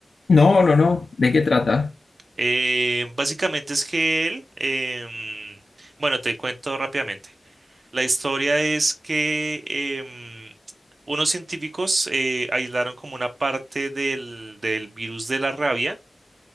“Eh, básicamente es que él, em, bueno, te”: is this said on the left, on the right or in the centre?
Right